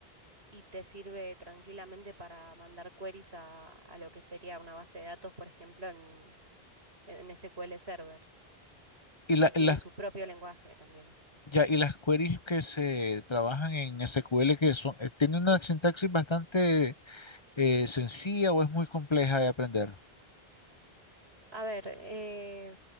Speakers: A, on the right (about 85°); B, on the left (about 30°).
A: y te sirve tranquilamente para mandar queries a, a lo que sería una base de datos, por ejemplo, en, en SQL Server,
B: Y, la-
A: que tiene
B: y las,
A: su propio lenguaje también.
B: ya, y las queries que se trabajan en SQL que son, eh, tiene una sintaxis bastante eh, sencilla o es muy compleja de aprender.
A: A ver, eh,